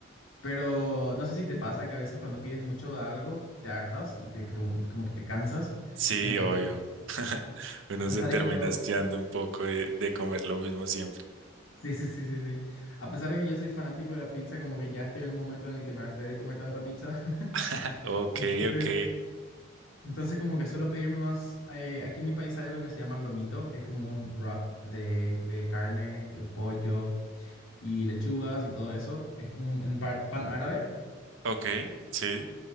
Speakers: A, on the left (about 75°); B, on the right (about 70°).
A: Pero no sé si te pasa que a veces cuando pides mucho de algo, te hartas y te, como que, como que te cansas.
B: sí,
A: Entonces,
B: obvio. <laughs> Uno
A: a pesar
B: se termina
A: de que yo...
B: hastiando un poco de, de comer lo mismo siempre.
A: Sí, sí, sí, sí, sí. A pesar de que yo soy fanático de la pizza, como que ya estoy en un momento en el que me harté de comer tanta pizza. <laughs>
B: <laughs> Ok,
A: Entonces,
B: ok,
A: Entonces como que suelo pedirme más, eh, aquí en mi país hay algo que se llama lomito, que es como un wrap de, de carne, de pollo y lechugas y todo eso. Es como un en par- pan árabe
B: ok, sí.